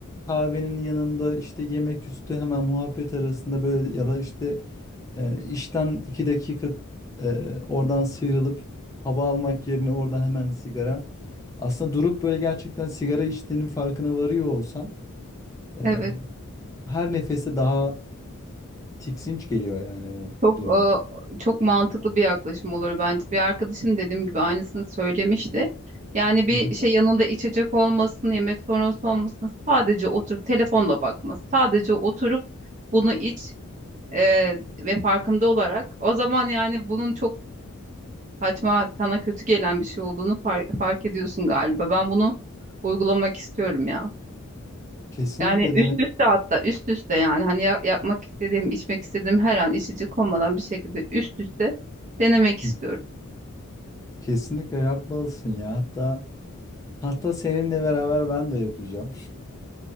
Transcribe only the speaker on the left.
kahvenin yanında işte yemek üstü hemen muhabbet arasında böyle ya da işte e, işten iki dakika e, oradan sıyrılıp hava almak yerine orada hemen sigara. Aslında durup böyle gerçekten sigara içtiğinin farkına varıyor olsan e,
her nefeste daha tiksinç geliyor yani o
durum.
Hı hı.
Kesinlikle
dene.
Hı. Kesinlikle yapmalısın ya. Hatta hatta seninle beraber ben de yapacağım.